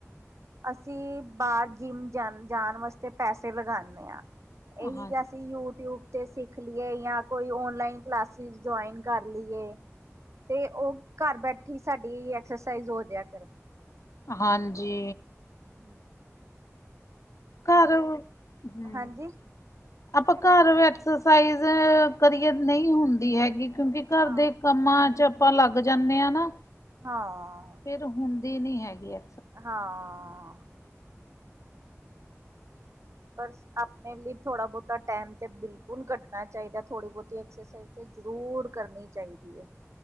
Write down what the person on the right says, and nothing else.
ਅਸੀਂ ਬਾਰ ਜਿੰਮ ਜਾ ਜਾਨ ਵਾਸਤੇ ਪੈਸੇ ਲਗਾਨੇ ਆਂ। ਏਹੀ
ਗਾ ਅਸੀਂ ਯੂਟਿਊਬ ਸਿੱਖ ਲੀਏ ਜਾਂ ਕੋਈ ਔਨਲਾਈਨ ਕਲਾਸਿਸ ਜੁਆਇਨ ਕਰ ਲੀਏ। ਤੇ ਓ ਘਰ ਬੈਠੇ ਈ ਸਾਡੀ ਐਕਸਰਸਾਈਜ਼ ਹੋ ਜੇਆ ਕਰ
ਹੂੰ।
ਹਾਂਜੀ
ਹਾਂ
ਹਾਂ।
ਹਾਂ। ਪਰ ਆਪਣੇ ਲਈ ਥੋੜਾ ਬਹੁਤਾ ਟੈਮ ਤੇ ਬਿਲਕੁਲ ਕੱਢਣਾ ਚਾਹੀਦਾ ਥੋੜੀ ਬਹੁਤੀ ਐਕਸਸਾਈ ਤੇ ਜ਼ਰੂਰ ਕਰਨੀ ਚਾਹੀਦੀ ਐ।